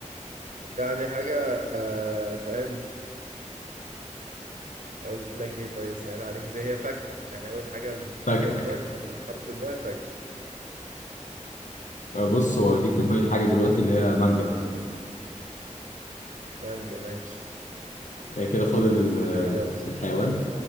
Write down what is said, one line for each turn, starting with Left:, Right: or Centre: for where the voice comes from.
Right: يعني حاجة آه فاهم اقول لك ايه طيب سهل عليك زي هي فاكهة يعني اول حاجة اللي في
Left: فاكهة
Right: دماغي دلوقتي في الحرف ده فاكهة
Left: آه، بص هو جه في دماغي حاجة دلوقتي اللي هي مانجا
Right: مانجا ماشي
Left: آه، كده فاضل ال- آه،
Right: جامد اوي
Left: الحيوان